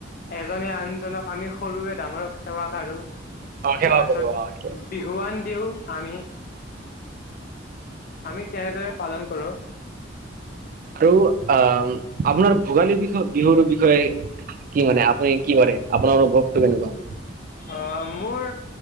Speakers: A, on the left; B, on the right.
A: এজনে আনজনক আমি সৰুৱে ডাঙৰক সেৱা কাৰো
B: অ সেৱা
A: তাৰ
B: কৰো
A: পিছত
B: অ সেইটো
A: বিহুৱান দিওঁ আমি আমি তেনেদৰে পালন কৰোঁ
B: আৰু আহ আপোনাৰ ভোগালী বিষ বিহুৰ বিষয়ে কি মানে আপুনি কি কৰে আপোনাৰ অনুভৱটো কেনেকুৱা
A: অ মোৰ